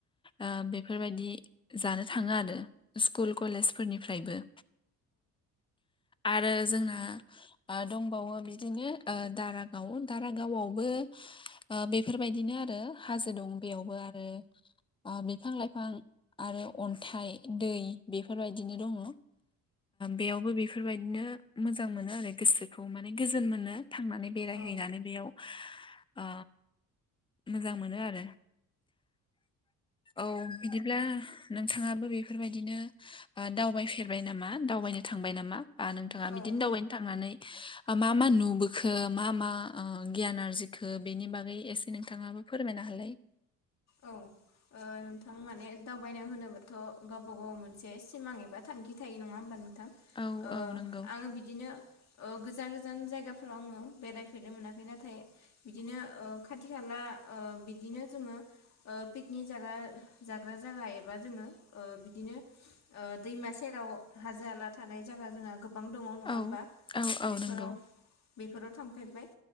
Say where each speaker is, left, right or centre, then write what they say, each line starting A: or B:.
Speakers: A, on the left; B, on the left.
A: ओ बेफोर बायदि जानो थाङो आरो स्कुल कलेजफोरनिफ्रायबो आरो जोंना। ओ दंबावो बिदिनो ओ दारागाव दारागावआव बेवबो बेफोरबायदिनो आरो हाजो दं बेयावबो आरो। बिफां लाइफां आरो अन्थाइ दै बेफोरबायदिनो दङ। बेयावबो बे बेफोरबायदिनो मोजां मोनो आरो गोसोखौ माने गोजोन मोनो थांनानै बेरायहैनानै
B: औ
A: बेयाव। अ मोजां मोनो आरो। औ बिदिब्ला नोंथाङाबो बेफोरबायदिनो दावबायफेरबाय नामा दावबायनो थांबाय नामा? बा नोंथाङा बिदिनो
B: औ औ
A: दावबायनो थांनानै मा मा नुबोखो मा मा ओ गियान आरजिखो बेनि बागै एसे नोंथाङाबो फोरमायनो होलाय?
B: औ। ओ नोंथां माने दावबायनाय होनोबाथ' गावबा गाव मोनसे सिमां एबा थांखि थायो नङा होमबा?
A: औ
B: अ
A: औ नंगौ
B: आङो बिदिनो ओ गोजान गोजान जायगाफोराव आङो बेरायफेरनो मोनाखै नाथाय बिदिनो ओ खाथि खाला ओ बिदिनो जोङो ओ पिकनिक जाग्रा जाग्रा जायगा एबा जोङो ओ बिदिनो ओ दैमा सेराव हाजो हाला थानाय जायगा जोंहा गोबां दङ नङा
A: औ
B: होमबा
A: औ औ
B: बेफोराव
A: नंगौ
B: बेफोराव थांफेरबाय